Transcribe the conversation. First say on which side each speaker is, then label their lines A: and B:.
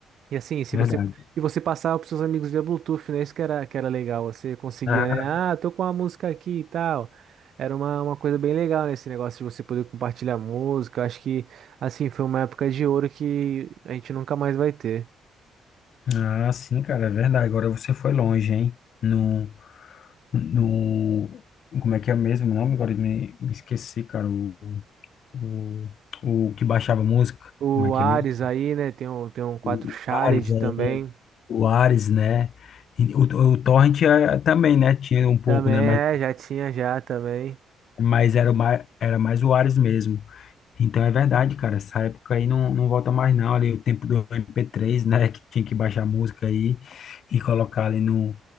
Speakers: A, on the right; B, on the left.
A: E assim, se
B: verdade.
A: você e você passava pros seus amigos via Bluetooth, né? Isso que era, que era legal. Você conseguia,
B: Ah,
A: né? Ah, tô com a música aqui e tal. Era uma, uma coisa bem legal, né? Esse negócio de você poder compartilhar música. Eu acho que, assim, foi uma época de ouro que a gente nunca mais vai ter.
B: ah, sim, cara, é verdade. Agora você foi longe, hein? No, no, como é que é mesmo o nome? Agora eu me, me esqueci, cara. O, o, o que baixava música,
A: O
B: como é que
A: Ares
B: é mesmo?
A: aí, né? Tem um, tem um quatro
B: O,
A: Shared
B: o Ares, é,
A: também.
B: o Ares, né? E O, o Torrent eh, também, né? Tinha um pouco,
A: Também
B: né?
A: é,
B: Mas,
A: já tinha já também.
B: mas era, mais, era mais o Ares mesmo. Então é verdade, cara. Essa época aí não, não volta mais, não. Ali o tempo do MP3, né? Que tinha que baixar a música aí e colocar ali no,